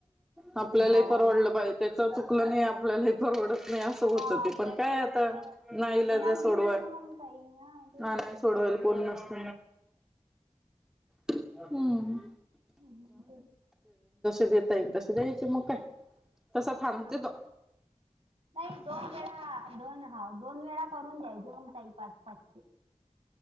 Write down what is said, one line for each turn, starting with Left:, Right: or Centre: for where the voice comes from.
Right: याचा
Centre: आपल्यालाही
Right: भाव वाढले.
Centre: परवडलं पाज त्याच चुकलं नाही आपल्यालाही परवडत नाही असं होत
Right: हा आपल्याला
Centre: ते पण काय
Right: परवडणार
Centre: आता? नाविलाज
Right: इलाज
Centre: सोडवा
Right: नसते ना मग काही हा ते
Centre: ना नाही सोडवायला कोण नसत. <unintelligible> <unintelligible> हम्
Right: हम् <inaudible> <unintelligible>
Centre: देता येईल तसे द्यायचे मग काय तसा थांबते
Right: तस
Centre: तो
Right: नाही दोन <inaudible> दोन हा दोन वेळा करून द्यायचे मग ताई पाच पाचशे